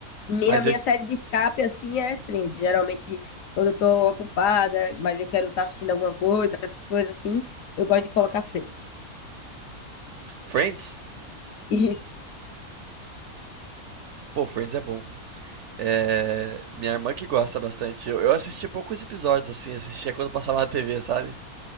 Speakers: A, on the left; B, on the right.
A: Minha,
B: Mas
A: minha
B: eu,
A: série de escape, assim, é Friends. Geralmente, quando eu tô ocupada, mas eu quero estar assistindo alguma coisa, essas coisas assim, eu gosto de colocar Friends.
B: Friends?
A: Isso.
B: Pô, Friends é bom. É, minha irmã que gosta bastante. Eu, eu assisti poucos episódios, assim, assistia quando passava na TV, sabe?